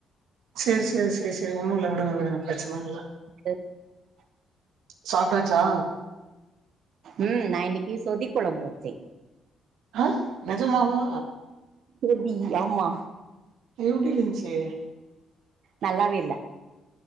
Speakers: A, on the right (about 80°); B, on the right (about 65°).
A: செரி செரி செரி செரி ஒண்ணு இல்ல விடுங்க விடுங்க பிரச்சன இல்ல
B: <unintelligible>
A: சாப்டாச்சா
B: ம் நா இன்னிக்கி சொதி கொழம்பு வச்சே
A: ஆ நெஜமாவா
B: சொதி ஆமா
A: எப்டிருஞ்சி
B: நல்லாவெ இல்ல